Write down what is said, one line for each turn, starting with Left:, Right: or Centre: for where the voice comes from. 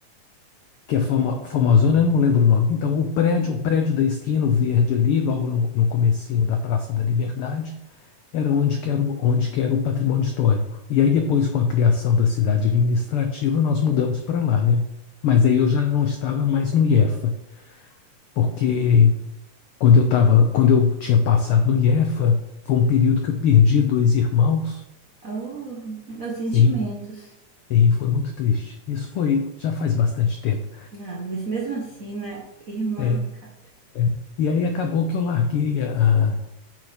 Left: que é Fama, famosona eu não lembro o nome. Então, o prédio, o prédio da esquina, o verde ali, logo no, no comecinho da Praça da Liberdade, era onde que era, o- onde que era o patrimônio histórico. E aí depois, com a criação da cidade administrativa, nós mudamos para lá, né? Mas aí eu já não estava mais no IEFA, porque quando eu tava, quando eu tinha passado no IEFA, foi um período que eu perdi dois irmãos.
Right: Oh, meus sentimentos.
Left: Sim, sim, foi muito triste. Isso foi, já faz bastante tempo.
Right: Ah, mas mesmo assim, né? Irmã,
Left: É,
Right: cara.
Left: é. E aí acabou que eu larguei a-